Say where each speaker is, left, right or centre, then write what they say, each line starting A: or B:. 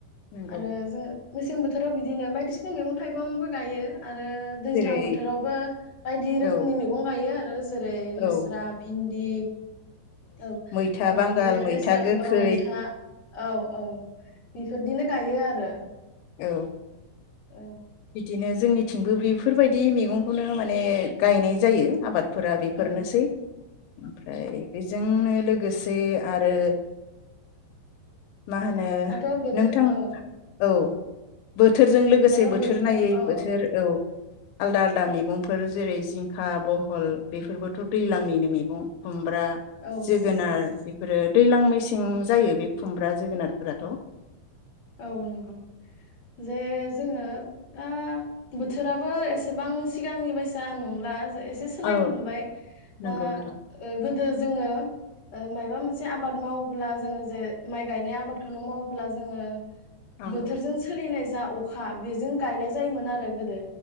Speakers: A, on the left; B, on the left.
A: नंगौ
B: आरो जोङो मेसें बोथोराव बिदिनो बायदिसिना मैगं थाइगंबो गायो। आरो दैज्लां
A: जेरै
B: बोथोरावबो बायदि रोखोमनि
A: औ
B: मैगं गायो आरो ना जेरै लेस्रा
A: औ
B: दि औ
A: मैथा
B: औ
A: बांगाल
B: बिदिनो
A: मैथा
B: लेस्राम
A: गोखै
B: औ मैथा औ औ बिदि बिदिनो गायो आरो
A: औ
B: औ
A: बिदिनो जोंनिथिंबो बेफोरबायदि मैगंखौनो माने गायनाय जायो आबाद फोरा बेफोरनोसै
B: औ
A: ओमफ्राय बेजोंनो लोगोसे आरो मा होनो
B: दाथ' बोथोर
A: नोंथां
B: औ
A: औ बोथोरजों लोगोसे
B: दाथ'
A: बोथ बोथोर
B: बोथोरा
A: नायै
B: औ
A: बोथोर औ आलदा आलदा मैगंफोर जेरै जिंखा बहल बेफोरबोथ' दैज्लांनिनो मैगं <unintelligible> फोरा
B: औ
A: जोगोनार
B: नंगौ
A: बेफोरो दैज्लां मेसें जायो बे खुमब्रा जोगोनारफोराथ
B: औ नंगौ जे जोंङो दा बोथोराबो एसेबां सिगांनि बायसा नंला एसे सोलायनो
A: औ
B: हमबाय
A: नंगौ
B: ओ
A: नोंथां
B: गोदो जोंङो माइबा मोनसे आबाद मावोब्ला जोंङो जे माइ गायनाय आबादखौनो मावोब्ला जोंङो
A: नंगौ
B: बोथोरजों सोलिनाय जा अखा बेजों गायनाय जायोमोन आरो गोदो